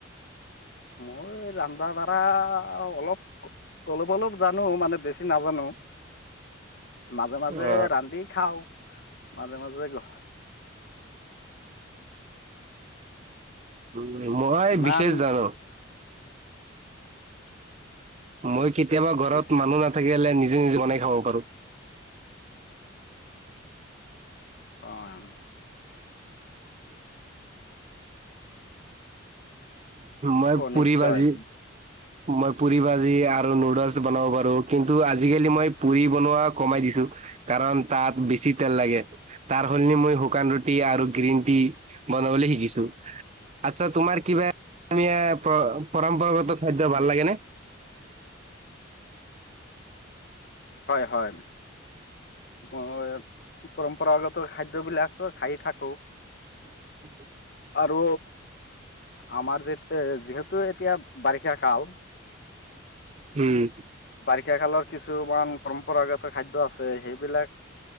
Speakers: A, on the left; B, on the right.
A: মই ৰন্ধা ধাৰা অলপ অলপ অলপ জানো মানে বেছি নাজানো। মাজে মাজে
B: অ
A: ৰান্ধি খাওঁ মাজে মাজে গ
B: উ মহাই
A: ইমান
B: বিশেষ জান মই কেতিয়াবা ঘৰত
A: পিছে
B: মানুহ নাথাকিলে নিজ বনাই খাব পাৰো।
A: অ'।
B: মই
A: অ
B: পুৰি
A: নিশ্চয়
B: বাজি মই পুৰি ভাজি আৰু নুডলছ বনাব পাৰো কিন্তু আজিকালি মই পুৰি বনোৱা কমাই দিছো। কাৰণ তাত বেছি তেল লাগে। তাৰ সলনি মই শুকান ৰুটি আৰু গ্ৰীণ টি বনাবলৈ শিকিছো। আচ্ছা তোমাৰ কি ব পৰম্পৰাগত খাদ্য ভাল লাগেনে। <inaudible>
A: হয় হয়। আহ পৰম্পৰাগত খাদ্য়বলাক খাই থাকো।
B: <inaudible>
A: আৰু আমাৰ যে যিহেতু এতিয়া বাৰিষা কাল।
B: হম।
A: বাৰিষা কালৰ কিছুমান পৰম্পৰাগত খাদ্য আছে সেইবিলাক